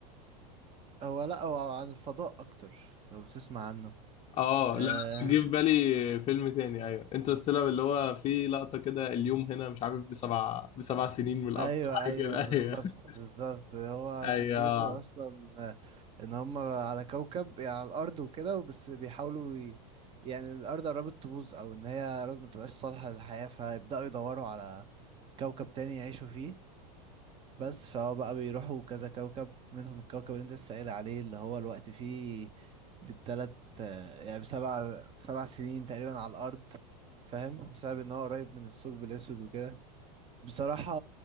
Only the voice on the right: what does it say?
هو لا هو عن الفضاء اكتر لو تسمع عنه
آه
ايوه
ايوه
بالظبط
بالظبط هو
فكرته اصلا آه، ان هم على كوكب يعني على الارض وكده وبس بيحاولوا ي... يعني الارض قربت تبوظ او ان هي قربت ما تبقاش صالحه للحياه فيبداوا يدوروا على كوكب تاني يعيشوا فيه بس فهو بقى بيروحوا كذا كوكب منهم الكوكب اللي انت لسه قايل عليه اللي هو الوقت فيه بالتلات آه، يعني بسبع بسبع سنين تقريبا على الارض فاهم بسبب ان هو قريب من الثقب الاسود وكده بصراحة